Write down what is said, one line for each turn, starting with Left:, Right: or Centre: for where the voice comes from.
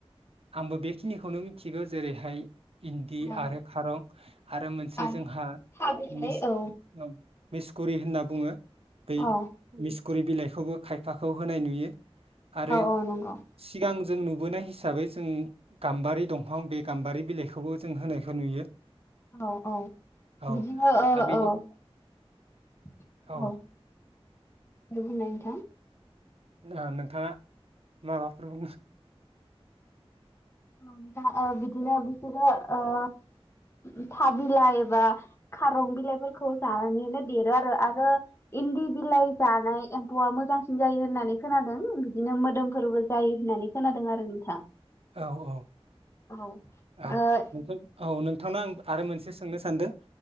Right: आंबो बेखिनिखौनो मिथिगौ जेरैहाय इन्दि
Left: औ
Right: आरो खारौ आरो मोनसे
Left: आरो
Right: जोंहा
Left: था बिलाइ
Right: मिस
Left: औ
Right: औ मिसकुरि होनना बुङो बै
Left: औ
Right: मिस गुरै बिलाइखौबो खायफाखौ होनाय नुयो, आरो
Left: औ औ नंगौ
Right: सिगां जों नुबोनाय हिसाबै जों गाम्बारि दंफां बे गाम्बारि बिलाइखौबो जों होनायखौ नुयो,
Left: औ-औ
Right: औ
Left: बिदिनो औ-औ-औ
Right: दा बेनि औ ओ
Left: दे बुंनाय, <inaudible>
Right: ओ नोंथांङा माबाफोर बुं
Left: नोंथांङा ओ बिदिनो बिसोरो ओ था बिलाइ एबा खारं बिलाइफोरखौ जानानैनो देरो आरो आरो इन्दि बिलाइ जानाय एम्फौआ मोजांसिन जायो होननानै खोनादों बिदिनो मोदोमफोरबो जायो होननानै खोनादों आरो नोंथां,
Right: औ-औ
Left: औ ओ
Right: नोंथां औ नों नोंथां नो आं आरो मोनसे सोंनो सानदो,